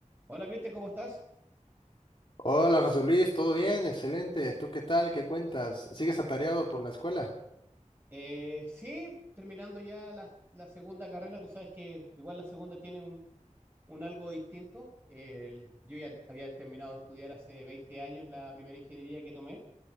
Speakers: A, on the right (about 15°); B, on the left (about 45°).
A: Hola Cristian, ¿cómo estás?
B: Hola José Luis, ¿todo bien? Excelente. ¿Tú qué tal? ¿Qué cuentas? ¿Sigues atareado por la escuela?
A: Eh, sí, terminando ya la, la segunda carrera, tú sabes que igual la segunda tiene un, un algo distinto. El- yo ya había terminado de estudiar hace 20 años la primera ingeniería que tomé